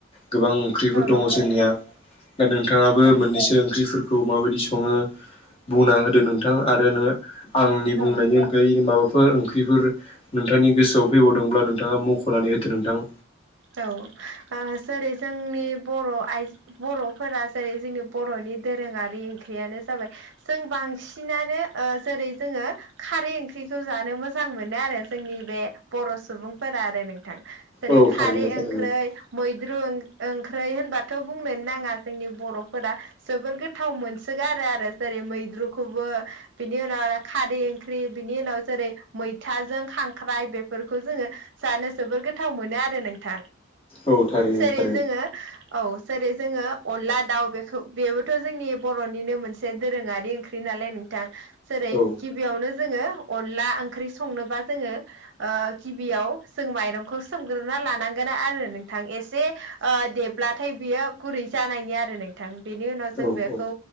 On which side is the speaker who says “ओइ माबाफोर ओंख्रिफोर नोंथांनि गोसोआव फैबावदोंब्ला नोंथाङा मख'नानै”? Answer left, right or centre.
Left